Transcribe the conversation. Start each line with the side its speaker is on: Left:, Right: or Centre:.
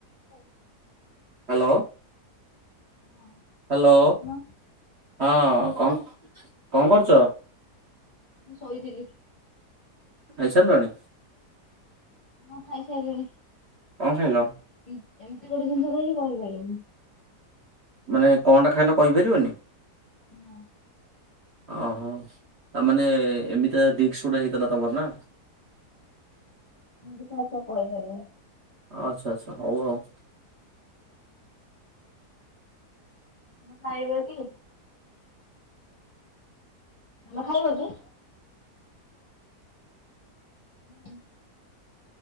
Left: ମୁଁ
Right: ହାଲୋ।
Left: ହଁ
Right: ହ୍ୟାଲୋ
Left: କହୁନ।
Right: ହଁ କଣ କଣ କରୁଚ?
Left: ମୁଁ ଶୋଇଥିଲି।
Right: ଖାଇ ସାରିଲଣି?
Left: ହଁ ଖାଇ ସାରିଲିଣି।
Right: କଣ ଖାଇଲ?
Left: ଇ ଏମିତି ଗୋଟେ ଜିନିଷ <unintelligible> କହିପାରିବନି।
Right: ମାନେ କଣଟା ଖାଇଲ କହିପାରିବନି?
Left: ନା।
Right: ଓହୋ ତା ମାନେ ଏମିତିଆ ଦିନିସ ଗୋଟେ ହେଇଥାନ୍ତା ତମର ନା।
Left: ମୁଁ <unintelligible> କହି ପାରିବିନି।
Right: ଆ ଆଚ୍ଛା ଆଚ୍ଛା ହଉ ଆଉ।
Left: ତମେ ଖାଇବ କି? ତମେ ଖାଇବ କି? <unintelligible>